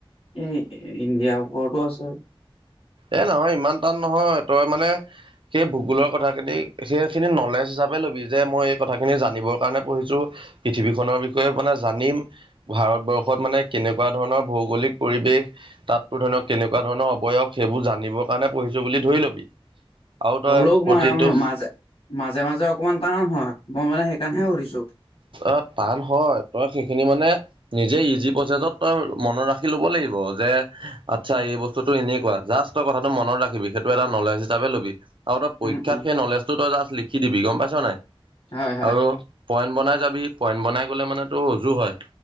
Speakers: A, on the left; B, on the right.
A: এ ইণ্ডিয়াৰ ওপৰতো আছে
B: এ নহয় ইমান টান নহয় তই মানে সেই ভূগোলৰ কথাখিনি সেইখিনি নলেজ হিচাপে লবি যে মই এই কথাখিনি জানিবৰ কাৰণে পঢ়িছো য' পৃথিৱীখনৰ বিষয়ে মানে জানিম ভাৰতবৰ্ষত মানে কেনেকুৱা ধৰণৰ ভৌগলিক পৰিৱেশ তাতো ধৰি লক কেনেকুৱা ধৰণৰ অবয়স সেইবোৰ জানিবৰ কাৰণে পঢ়িছো বুলি ধৰি লবি আৰু তই
A: হলেও
B: প্ৰতিটো
A: ম মাজে মাজে মাজে অকমান টান হয় মই মানে সেইকাৰণেহে সুধিছো
B: অ টান হয় তই সেইখিনি মানে নিজে ইজি প্ৰচেছত তই মনত ৰাখি ল'ব ব লাগিব যে আচ্ছা এই বস্তুতটো এনেকুৱা জাষ্ট তই কথাটো মনত ৰাখিবি সেইটো এটা নলেজ হিচাপে লবি আৰু তই পৰীক্ষাত
A: উম উম
B: সেই নলেজো তই জাষ্ট লিখি দিবি গম পাইছ নাই
A: হয় হয়
B: আৰু পইণ্ট বনাই যাবি পইণ্ট বনাই গ'লে মানে তটো ৰজু হয়